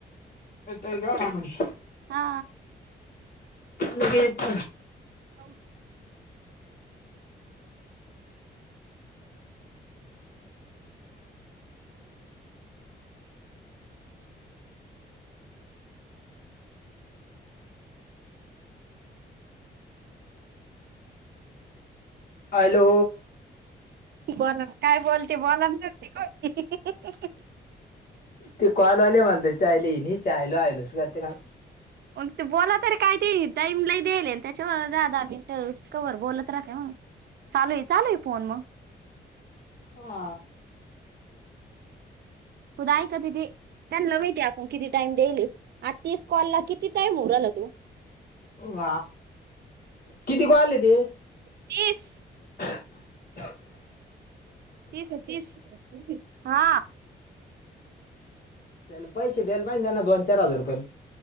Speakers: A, on the left (about 60°); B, on the right (about 70°).
A: येताय का ख <unintelligible>
B: हा
A: लगेेत
B: जाऊ
A: हॅलो
B: बोला काय बोलते बोलान ती गोष्ट
A: ते कॉल आले मला त चायले चायलो आयलोस करते का
B: मग ते बोलात रे काय ते टाईमला देल त्याच्या दहा दहा मिनट कवर बोलत राख मग चालू आहे चालू आहे फोन मग
A: हा
B: खुदयच तिथी त्यांला माहितीय आपण किती टाइम देल आ तस कॉलला किती टाइम होऊ राहिला तो,
A: ह किती को आले ते <inaudible>
B: तीस
A: <inaudible>
B: तीस तीस हा
A: <unintelligible> पैसे दल पाहि देना दोन चार हजार रुपये